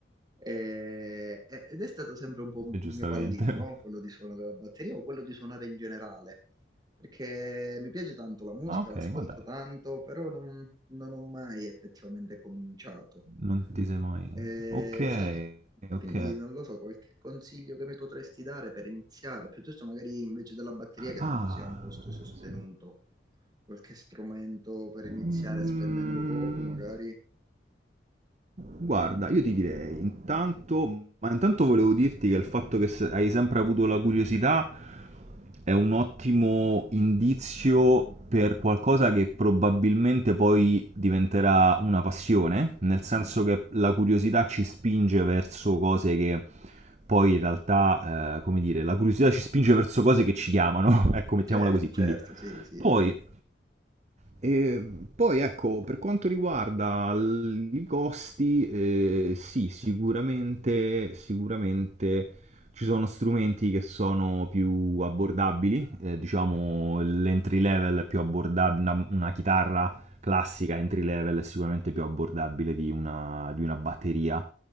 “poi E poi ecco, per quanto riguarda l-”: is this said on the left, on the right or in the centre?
Right